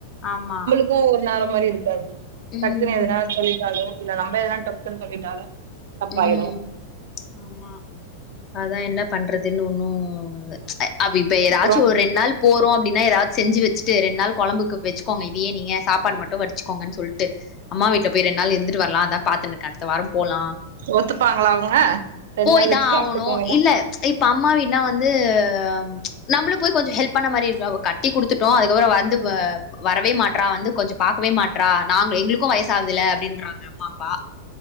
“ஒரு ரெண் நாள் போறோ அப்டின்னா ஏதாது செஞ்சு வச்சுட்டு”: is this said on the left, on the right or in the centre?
Left